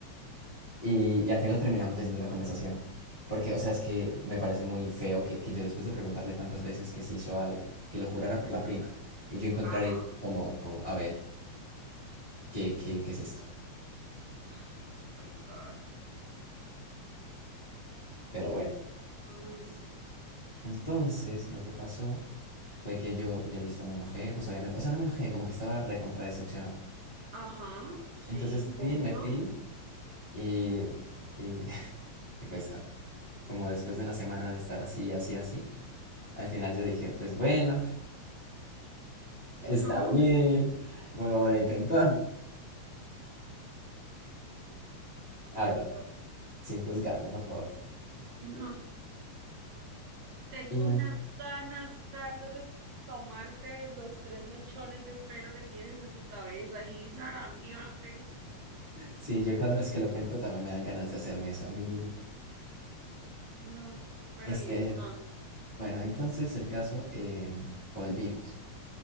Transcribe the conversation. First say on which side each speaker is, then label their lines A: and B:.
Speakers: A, on the left (about 55°); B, on the right (about 75°).
A: Y, y al final terminamos leyendo la conversación. Porque, o sea, es que me parece muy feo que, que yo después de preguntarle tantas veces que se hizo algo, que lo jurara por la prima, y yo encontraré
B: ajá.
A: como, como, a ver, ¿qué, qué, qué es esto?
B: Oh, my God.
A: Pero
B: Y
A: bueno.
B: entonces,
A: Entonces, lo que pasó fue que yo, yo listo, me enojé, pues obviamente, o sea, no me enojé, como que estaba recontra decepcionado.
B: ajá, sí,
A: Entonces, sí,
B: obvio,
A: me fui y, y, <laughs> y pues, a ver, como después de una semana de estar así, así, así, al final yo dije, pues bueno, <laughs> está
B: no,
A: bien. Vuelvo a intentar.
B: y
A: A ver,
B: entonces,
A: sin juzgarme, por favor.
B: no. Tengo
A: Y, mm,
B: unas ganas, Carlos, de tomarte los tres mechones de pelo que tienes en tu cabeza y zarandearte.
A: sí, yo cada vez que lo cuento también me dan ganas de hacerme eso a mí mismo.
B: No, pero
A: Este,
B: y entonces,
A: bueno, entonces el caso, eh, volvimos.